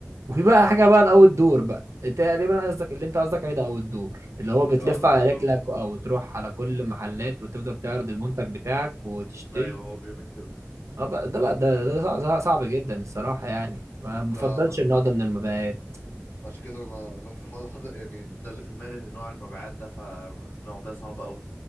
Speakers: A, on the right; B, on the left.
A: وفي بقى
B: اه
A: حاجة بقى الاوت دور بقى تقريبا قصدك اللي انت قصدك عليه ده اوت دور اللي هو بتلف
B: اه ده
A: على
B: اوت
A: رجلك او تروح على كل محلات وتفضل تعرض المنتج بتاعك وتشتري
B: ايوه هو بيؤمن كده
A: اه بقى- ده بقى ده, ده صع- صع- صعب جدا الصراحة يعني ما بفضلش
B: لا ما
A: النوع ده من المبيعات
B: عشان كده انا انا حاضر حاضر يعني ده اللي في دماغي نوع المبيعات ده فالنوع ده صعب قوي